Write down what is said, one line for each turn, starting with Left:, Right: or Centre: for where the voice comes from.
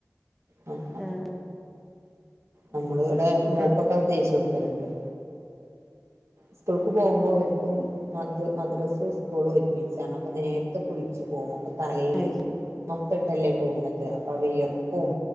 Right: ആ അ
Centre: ആഹ് ആഹ്
Right: നമ്മള് ഇവിടെ നൂക്കൊക്കെ
Centre: ആഹ്
Right: അത് തേയ്ച്ച കൊടുക്കലുണ്ട് സ്കൂൾക്ക് പോകുമ്പോ വറ്റും മ മദ്രസും സ്കൂളും ഒരുമിച്ചാണ് അപ്പൊ നേരത്തെ കുളിച്ചച്ച് പോകും അപ്പൊ തലയില്
Centre: അത് ശരി
Right: മത്തട്ടല്ലേ പോകുന്നത് അപ്പൊ അവ വിയർപ്പും